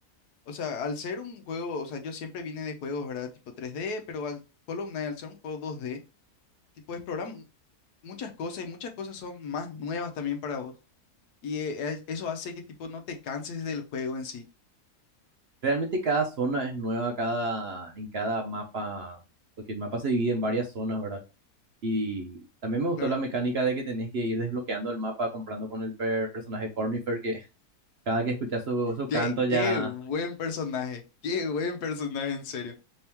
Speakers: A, on the left; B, on the right.
A: o sea, al ser un juego, o sea, yo siempre vine de juegos, ¿verdad? Tipo tres d pero al Hollow Knight, al ser un juego dos d tipo, explorar mu- muchas cosas y muchas cosas son más nuevas también para vos. Y eh, es- eso hace que, tipo, no te canses del juego en sí,
B: Realmente cada zona es nueva, cada, en cada mapa, porque el mapa se divide en varias zonas, ¿verdad? Y también me gustó
A: claro.
B: la mecánica de que tenés que ir desbloqueando el mapa comprando con el per- personaje Cornifer, que cada que escuchas su, su
A: Qué,
B: canto ya,
A: qué buen personaje, qué buen personaje, en serio,